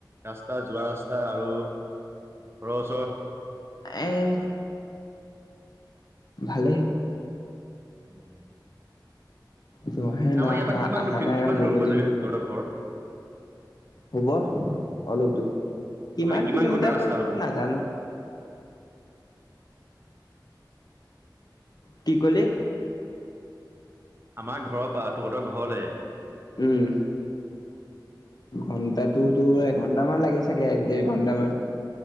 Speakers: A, on the right (about 30°); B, on the left (about 60°).
A: ৰাস্তা যোৱা ৰাস্তা আৰু ঘৰৰ ওচৰ
B: এই ভালে।
A: উম।
B: তইহে নাই
A: আমাৰ ইয়াৰ
B: অহা,
A: পৰা কিমান
B: অহা
A: দূৰ
B: নাই
A: কিমান
B: আৰু বহুত
A: দূৰ হ'ব
B: দিন।
A: চাগে তহতৰ ঘৰ?
B: হ'ব অলপ দূৰ, কিমান
A: মানে
B: কিলোমিটাৰ
A: ঘণ্টা ৰাস্তা
B: হয় এইটো
A: হ'ব
B: নাজানো? কি কলে?
A: আমাৰ ঘৰৰ পৰা তহঁতৰ ঘৰলৈ
B: উম, ঘন্টাটোতো ঘণ্টামান লাগে চাগে এক- দেৰ ঘণ্টামান